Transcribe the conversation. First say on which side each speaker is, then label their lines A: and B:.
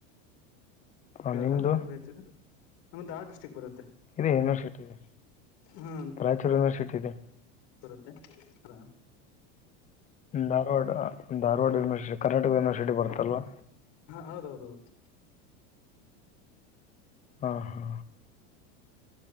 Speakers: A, on the left; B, on the left.
A: ಹಾಂ
B: <unintelligible>
A: ನಿಮ್ಮದು
B: ನಮ್ ವಾ ಡಿಸ್ಟ್ರಿಕ್ ಬರುತ್ತೆ
A: ಇದೆ ಯೂನಿವರ್ಸಿಟಿ ಇದೆ
B: ಹಾ
A: ರಾಯಚೂರು ಯೂನಿವರ್ಸಿಟಿ ಇದೆ.
B: ಹ
A: ಧಾರವಾಡ ಧಾರವಾಡ ಯನಿವರ್ಸಿಟಿ ಕರ್ನಾಟಕ ಯೂನಿವರ್ಸಿಟಿ ಬರ್ತಲ್ವಾ.
B: ಹೌದೌದು
A: ಹಾ ಹಾ